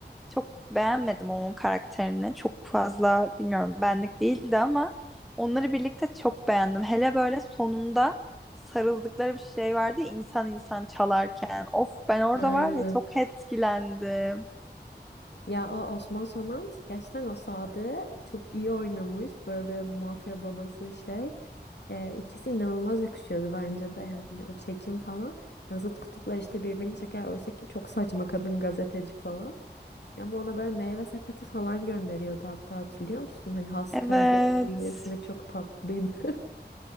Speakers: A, in the centre; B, on the left (about 75°).
A: çok beğenmedim onun karakterini. Çok fazla bilmiyorum benlik değildi ama onları birlikte çok beğendim. Hele böyle sonunda sarıldıkları bir şey vardı ya, insan insan çalarken. Of ben orada
B: Aynen.
A: var ya çok etkilendim.
B: Ya o Osman Sonant gerçekten o Sadık'ı çok iyi oynamış. Böyle bir mafya babası şey. Ee, ikisi inanılmaz yakışıyordu bence de yani o çekim falan. Yani zıt kutuplar işte birbirini çeker. Oysa ki çok saçma kadın gazeteci falan. Ama ona böyle meyve sepeti falan gönderiyordu hatta hatırlıyor musun? Hani hastaydı.
A: Evet.
B: İyilesinde çok tatlıydı. <laughs>